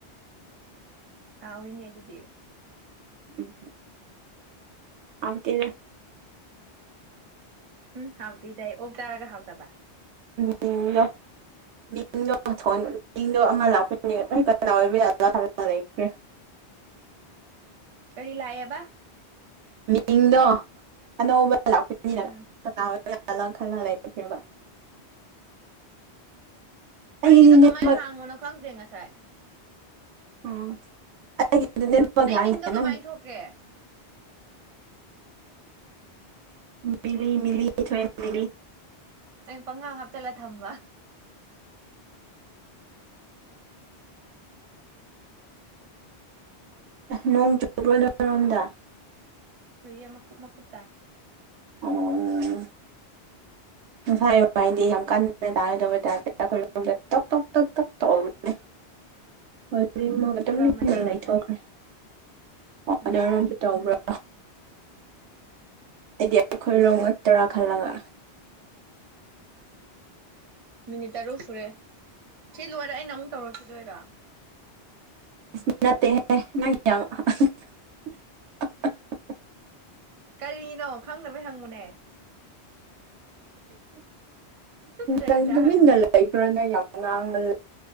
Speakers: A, on the right; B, on the right.
A: ꯍꯥꯎꯏꯅꯦ ꯑꯗꯨꯗꯤ
B: ꯎꯝ <unintelligible>
A: ꯎꯝ ꯍꯥꯎꯗ ꯏꯗꯦ ꯍ ꯑꯣꯛ ꯇꯔꯒ ꯍꯥꯎꯗꯕ
B: <unintelligible> <unintelligible>
A: ꯀꯔꯤ ꯂꯥꯛꯑꯦꯕ
B: ꯃꯤꯡꯗꯣ ꯑꯅꯧꯕ ꯂꯥꯛꯄꯤꯏꯅꯤꯅ
A: ꯎꯝ
B: ꯀꯅꯥ ꯀꯔꯥ ꯂꯪ ꯈꯔ ꯂꯪ ꯂꯩꯁꯦꯕ ꯑꯩꯒꯤꯗꯤ
A: ꯑꯩꯒꯤꯗꯣ ꯀꯃꯥꯏꯅ
B: ꯅꯦꯠꯋꯥꯛ
A: ꯍꯥꯡꯕꯅꯣ ꯈꯪꯗꯦ ꯉꯁꯥꯏ
B: <inaudible>
A: ꯑꯩ ꯃꯤꯡꯗꯣ ꯀꯃꯥꯏꯅ
B: ꯅꯪꯒꯤ
A: ꯊꯣꯛꯀꯦ
B: ꯃꯤꯂꯤ ꯃꯂꯤ ꯊ <inaudible>
A: ꯑꯩꯅ ꯄꯪꯈꯥ ꯍꯥꯞꯆꯜꯂ ꯊꯝꯕ
B: ꯅꯣꯡ ꯆꯨꯕ꯭ꯔꯣꯔꯣꯝꯗ
A: ꯁꯨꯏꯌꯥ ꯃꯀꯨꯨꯞ ꯃꯀꯨꯞ ꯇ
B: ꯑꯣ <unintelligible>
A: ꯆꯨꯔꯝꯕꯅꯦ
B: <unintelligible>
A: ꯉꯁꯥꯏ
B: ꯂꯩꯊꯣꯛꯈ꯭ꯔꯦ ꯑꯣ
A: ꯎꯝ
B: ꯑꯣꯅꯔꯣꯝꯁꯨ ꯇꯧꯕ꯭ꯔꯥ ꯍꯥꯏꯗꯤ ꯑꯩꯈꯣꯏꯔꯣ ꯇꯔꯥ ꯈꯜꯂꯒ
A: ꯃꯤꯅꯤꯠ ꯇꯔꯨꯛ ꯁꯨꯔꯦ ꯁꯤ ꯂꯣꯏꯔꯦ ꯑꯩꯅ ꯑꯃꯨꯛ ꯇꯧꯔꯛꯈꯤꯗꯣꯏꯔꯣ
B: <unintelligible>
A: ꯀꯔꯤꯅꯣ ꯈꯪꯗꯕꯩ ꯍꯪꯕꯅꯦ ꯆꯩ
B: ꯂꯗ
A: ꯆꯥꯒꯅꯤ
B: ꯃꯤꯗ ꯂ ꯌꯥꯝ ꯉꯥꯡ